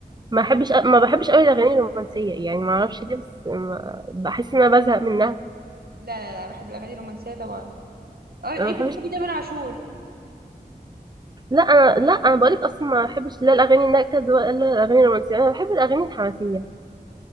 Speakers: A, on the right (about 25°); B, on the right (about 70°).
A: ما بحبش ما بحبش قوي الاغاني الرومانسية يعني ما اعرفش ليه بس ما- بحس ان انا بزهق منها
B: لا لا لا بحب الأغاني الرومانسية طبعا اه
A: أنا
B: تقولي
A: ما بحبش
B: بتحبي تامر عاشور
A: لا انا لا انا بقولك اصلا ما بحبش لا الاغاني النكد ولا الاغاني الرومانسية انا بحب الاغاني الحماسية